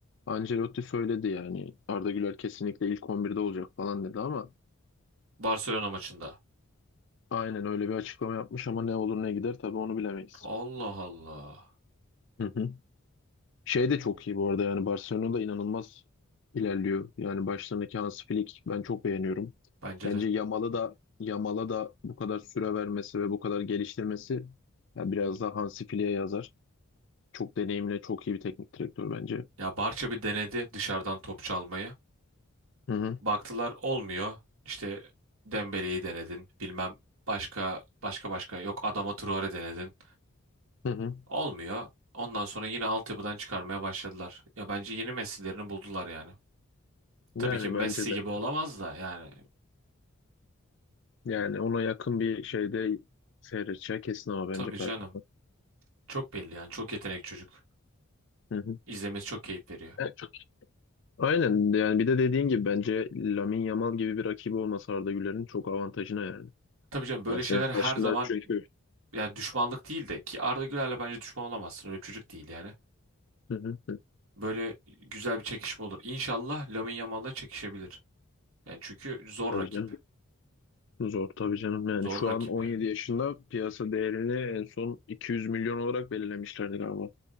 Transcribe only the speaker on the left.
Ancelotti söyledi yani. Arda Güler kesinlikle ilk 11'de olacak falan dedi ama
aynen öyle bir açıklama yapmış ama ne olur ne gider tabii onu bilemeyiz.
Hı hı. Şey de çok iyi bu arada yani Barcelona da inanılmaz ilerliyor. Yani başlarındaki Hansi Flick ben çok beğeniyorum.
Bence
Yamal'ı da Yamal'a da bu kadar süre vermesi ve bu kadar geliştirmesi ya biraz daha Hansi Flick'e yazar. Çok deneyimli, çok iyi bir teknik direktör bence.
Hı hı.
Hı hı.
Yani
bence de.
Yani ona yakın bir şeyde seyredeceği kesin ama bence
performans.
Hı hı.
Evet, çok iyi. Aynen yani bir de dediğin gibi bence Lamine Yamal gibi bir rakibi olması Arda Güler'in çok avantajına yani.
Yani
senin
karşında
çünkü
hı hı.
Tabii
canım. Zor tabii canım. Yani
şu
an 17
yaşında piyasa değerini en son 200 milyon olarak belirlemişlerdi galiba.